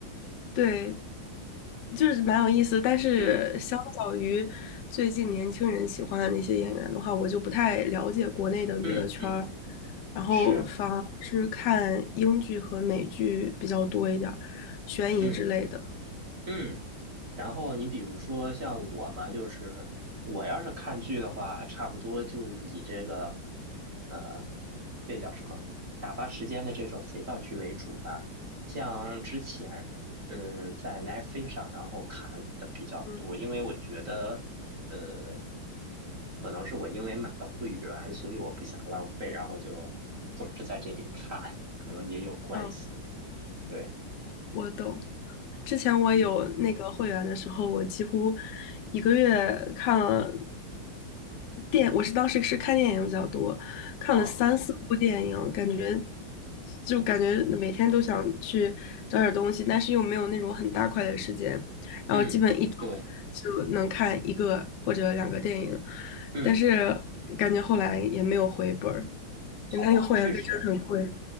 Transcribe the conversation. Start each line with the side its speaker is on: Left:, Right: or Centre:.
Left: 对，就是蛮有意思，但是相较于最近年轻人喜欢的那些演员的话，
Right: 嗯
Left: 我就不太了解国内的娱乐圈儿，
Right: 嗯嗯，
Left: 然后反而是看英剧和美剧比较多一点儿，
Right: 是，
Left: 悬疑之类的。
Right: 嗯嗯。然后你比如说像我嘛，就是我要是看剧的话，差不多就以这个呃，这叫什么打发时间的这种肥皂剧为主吧。像之前嗯在奈飞上，然后看的比较多，
Left: 嗯
Right: 因为我觉得呃，可能是我因为买了会员，所以我不想浪费，
Left: 嗯。
Right: 然后就总是在这里看，可能也有关系。
Left: 哦。
Right: 对，
Left: 我懂。之前我有那个会员的时候，
Right: 嗯，
Left: 我几乎一个月看了电，我是当时是看电影比较多，看了三四部电影，
Right: 啊，
Left: 感觉就感觉每天都想去找点东西，但是又没有那种很大块的时间，然后基本一周
Right: 嗯，对。
Left: 就能看一个或者两个电影，
Right: 嗯。
Left: 但是感觉后来也没有回本儿，
Right: 好吧，
Left: 原来那个会员费真的很贵。
Right: 确实，